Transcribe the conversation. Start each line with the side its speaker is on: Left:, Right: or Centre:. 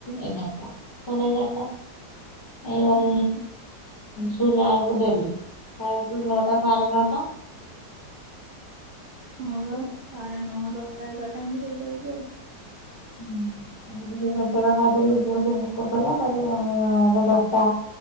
Left: ଏଗାରଟା ସାଢ଼େ ଏଗାରଟା। ଏଇ ଅଲ୍
Right: ହୁଁ
Left: ଶୋଇଲା ଅଳୁକୁ ଡେଲି ଖାଇବୁ ତୁ ନଅଟା ସାଢ଼େ ନଅଟା। ହୁଁ
Right: ହଁ ବା ସାଢ଼େ ନଅ ଦଶଟା ଏଗାରଟା ଏନ୍ତି ହେଇଯାଉଚି ଆଉ।
Left: ହୁଁ ଏବେ ଟିକେ ଜଚକା ଖାଇଦେଲି ଝିଅକୁ ଭୋକ କଲା ତାପ ଏବେ ଦଶଟା